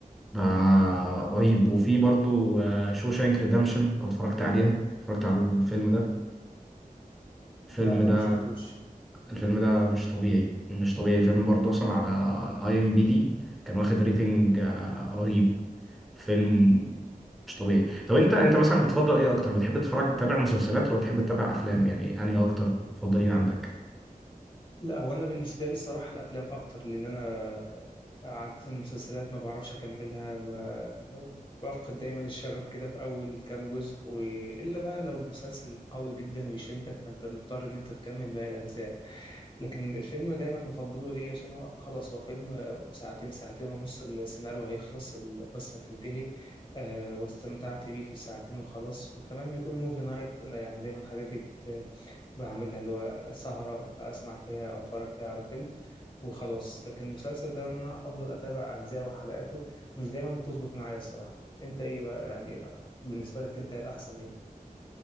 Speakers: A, in the centre; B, on the left.
A: ده رهيب وفي برضو شوشانك ريدمشن لو اتفرجت عليها اتفرجت على الفيلم ده الفيلم
B: ده ده
A: ده
B: ما شفتوش
A: الفيلم ده مش طبيعي مش طبيعي الفيلم برضه اصلا على اي ام بي دي كان واخد ريتنج آه، رهيب فيلم مش طبيعي طب انت انت مثلا بتفضل ايه اكتر بتحب تتفرج تتابع مسلسلات ولا تحب تتابع افلام يعني انهي اكتر بتفضلين عندك
B: لا هو انا بالنسبه لي الصراحه الافلام اكتر لان انا عاده المسلسلات ما بعرفش اكملها ما ب- بفقد دايما الشغف كده في اول كام جزء والا بقى لو مسلسل قوي جدا ويشدك فانت مضطر ان انت تكمل باقي الاجزاء لكن الفيلم دايما بفضله ليه عشان هو خلاص هو فيلم ساعتين ساعتين ونص السيناريو هيخلص القصه هتنتهي آه واستمتعت بيه في الساعتين وخلاص وكمان بيكون موفي نايت انا يعني دايما الحاجات دي بعملها اللي هو سهرة فأسمع فيها أو أتفرج فيها على فيلم وخلاص لكن المسلسل ده إن أنا أفضل أتابع أجزاءه وحلقاته مش دايما بتظبط معايا الصراحة أنت إيه بقى يعني بالنسبة لك أنت الأحسن إيه؟